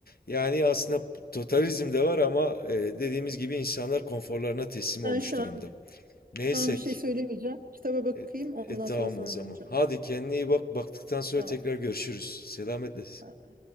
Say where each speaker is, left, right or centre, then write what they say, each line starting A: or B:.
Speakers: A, on the left; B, on the right.
A: Yani aslında totalizm de var ama e, dediğimiz gibi insanlar konforlarına teslim olmuş
B: Ben şu
A: durumda.
B: an
A: Neyse
B: şu an bir şey
A: ki.
B: söylemeyeceğim. Kitaba bakayım,
A: E,
B: ondan
A: e, tamam
B: sonra sana
A: o zaman.
B: döneceğim.
A: Hadi kendine iyi bak. Baktıktan sonra
B: Sağ
A: tekrar görüşürüz. Selametle.
B: ol.